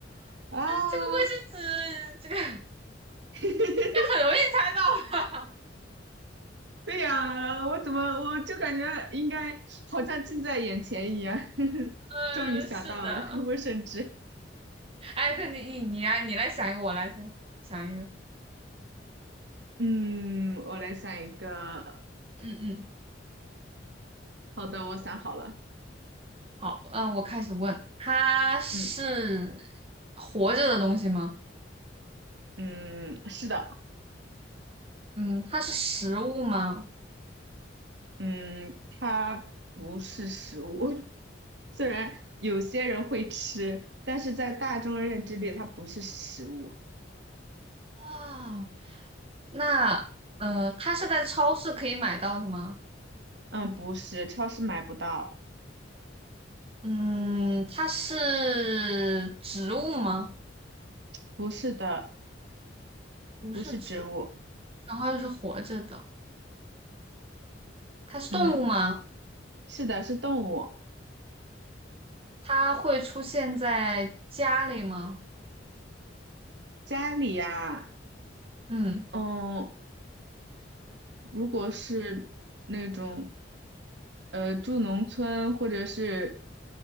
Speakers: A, on the right; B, on the right.
A: 啊！
B: 这个卫生纸，这个 <laughs>
A: <laughs>
B: 很容易猜到。
A: 对呀，我怎么我就感觉应该好像近在眼前一样，<laughs>
B: 嗯，
A: 终于想到了卫生纸。
B: 是的。哎，哥，你你你来，你来想一个，我来猜，想一个。
A: 嗯，我来想一个。
B: 嗯嗯，
A: 好的，我想好了。
B: 好，呃，我开始问，它是
A: 嗯
B: 活着的东西吗？
A: 嗯，是的，
B: 嗯，它是食物吗？
A: 嗯，它不是食物。<laughs> 虽然有些人会吃，但是在大众认知里，它不是食物。
B: 啊，那呃，它是在超市可以买到的吗？
A: 嗯，不是，超市买不到。
B: 嗯，它是植物吗？
A: 不是的，
B: 不是植物，
A: 不是植物。
B: 然后又是活着的，它是动物吗？
A: 嗯，是的，是动物。
B: 它会出现在家里吗？
A: 家里呀，
B: 嗯，
A: 嗯，如果是那种呃住农村或者是